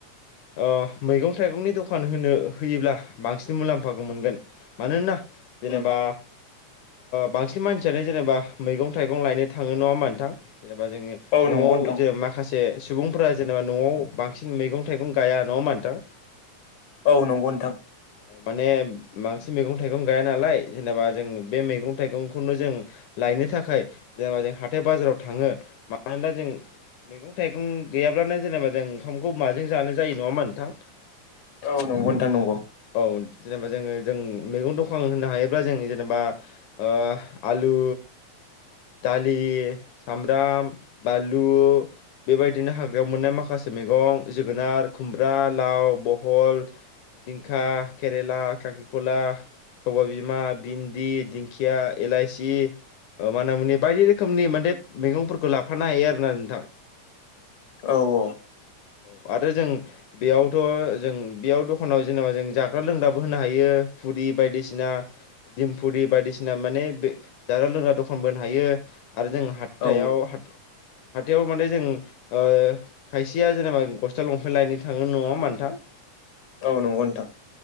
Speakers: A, on the left; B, on the left.
A: अ मैगं थाइगंनि दखान होनो होयोब्ला बांसिन मुलाम्फाखौ मोनगोन। मानोना जेनेबा
B: उम
A: बांसिन मानसियानो जेनेबा मैगं थाइगं लायनो थाङो नङा होनबा नोंथां जेनेबा जोङो
B: औ
A: द
B: नंगौ
A: न'आव
B: नोंथां
A: ज माखासे सुबुंफोरा जेनेबा न'आव बांसिन मैगं थाइगं गाया नङा होनबा नोंथां? <inaudible>
B: औ नंगौ नोंथां।
A: माने बांसिन मैगं थाइगं गाया नालाय जेनेबा जों बे मैगं थाइगंखौनो जों लायनो थाखाय जेनेबा जों हाथाय बाजाराव थाङो मानोना जों मैगं थाइगं गैयाब्लानो जेनेबा जों ओंखामखौ माजों जानो जायो नङा होनबा नोंथां?
B: औ नंगौ नोंथां नंगौ
A: औ जेनेबा जोङो जों मैगं दखान होनो हायोब्ला जों जेनेबा ओ आलु दालि सामब्राम बनलु बेबायदिनो हाग्रायाव मोननाय माखासे मैगं जोगोनार खुमब्रा लाव बहल जिंखा केरेला खांख्रिखला सबाय बिमा भिन्दि दिंखिया इलाइसि माना मनि बायदि रोखोमनि माने मैगंफोरखौ लाफानो हायो आरोना नोंथां।
B: औ औ
A: औ आरो जों बेयावथ' जों बेयाव दखानाव जेनेबा जों जाग्रा लोंग्रा बो होनो हायो फुरि बायदिसि दिम फुरि बायदिसिना मने जाग्रा लोंग्रा दखनफो बो हायो आरो जों हाथ
B: औ
A: थायाव हाथ हाथायाव माने जों ओ खायसेया जेनेबा गस्ला लंफेन्ट लायनो थाङो नङा होनबा नोंंथां? <inaudible>
B: औ नंगौ नोंथां।